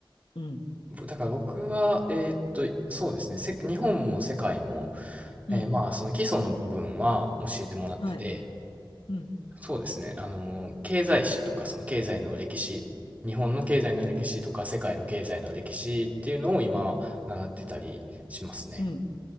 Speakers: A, on the left; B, on the right.
A: うん、
B: ぶだから僕は、えーっと、そうですね。せ日本も世界も、
A: うん、
B: えーまあ、その基礎の部分は教えてもらってて、
A: はい、うん、
B: そうですね。あのー、経済史とか、その経済の歴史、日本の経済の歴史とか、世界の経済の歴史っていうのを今、習ってたりしますね。
A: うん。